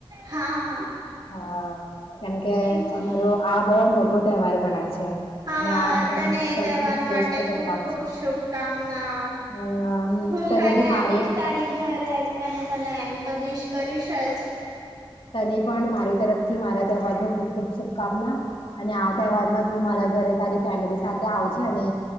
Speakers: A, on the right; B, on the left.
A: હા. હા
B: હા કેમ
A: ઠીક
B: કે
A: છે
B: અમારો આ બોહ મોટો તહેવાર ગણાય છે.
A: હા
B: ને આ ધર્મનો
A: તને એ
B: સૌથી
A: તહેવાર
B: શ્રેષ્ઠ
A: માટે
B: તહેવાર
A: ખુબ ખુબ
B: છે
A: શુભકામના.
B: અમ
A: હું
B: તને
A: કાલે
B: બી મારી
A: આવીશ તારી ઘરેજ. ત તને એમ તો વિશ કર છે જ.
B: તને પણ મારી તરફથી મારા તહેવાર ન ખૂબ ખુબ શુભકામના. અને આ તહેવારમાં તું મારા ઘરે તારી ફેમિલી સાથે આવજ અને